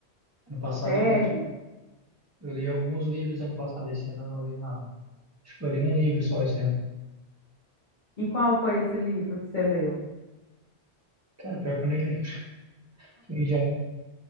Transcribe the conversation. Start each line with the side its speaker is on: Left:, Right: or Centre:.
Right: Ano passado
Left: Sério?
Right: eu li, tipo, eu li alguns livros ano passado, esse ano eu não li nada. Acho que eu li um livro só esse ano.
Left: E qual foi esse livro que você leu?
Right: Cara, pior que eu nem lembro. <laughs> Foi em, ja-